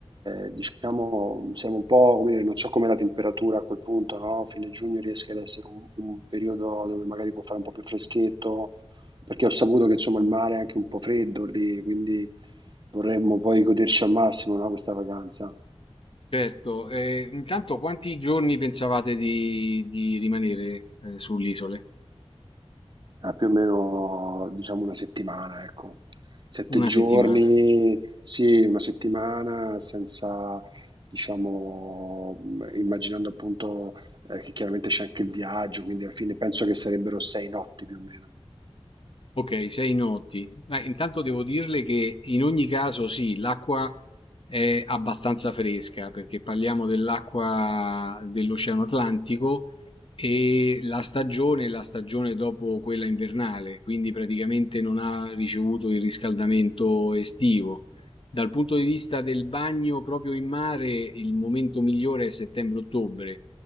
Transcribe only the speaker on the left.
Certo, e intanto quanti giorni pensavate di di rimanere, ehm, sull'isole?
Una
settimana.
Ok, sei notti. Beh, intanto devo dirle che in ogni caso sì, l'acqua è abbastanza fresca perché parliamo dell'acqua dell'Oceano Atlantico e la stagione è la stagione dopo quella invernale, quindi praticamente non ha ricevuto il riscaldamento estivo. Dal punto di vista del bagno proprio in mare, il momento migliore è settembre-ottobre